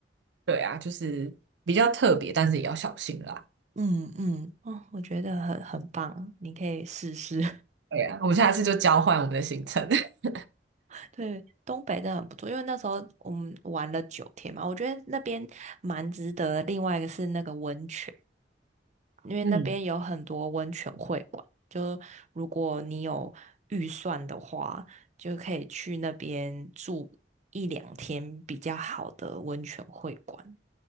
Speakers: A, on the right; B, on the right.
A: 对啊，就是比较特别，但是也要小心啦。
B: 嗯嗯，哦，我觉得很很棒，你可以试试。
A: 对啊，我们下次就交换我们的行程。<laughs>
B: <laughs> 对，东北真的很不错，因为那时候我们玩了九天嘛，我觉得那边蛮值得的另外一个是那个温泉，因为那边有很多温泉会馆，
A: 嗯
B: 就如果你有预算的话，就可以去那边住一两天比较好的温泉会馆。